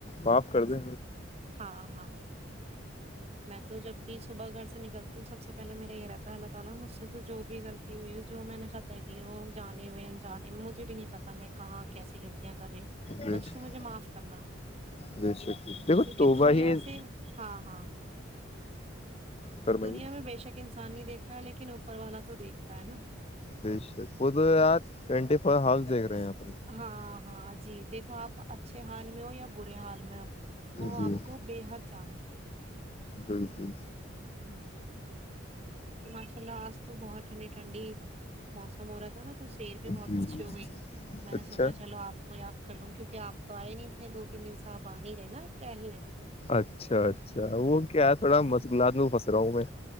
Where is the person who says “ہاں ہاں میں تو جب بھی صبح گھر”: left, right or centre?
Right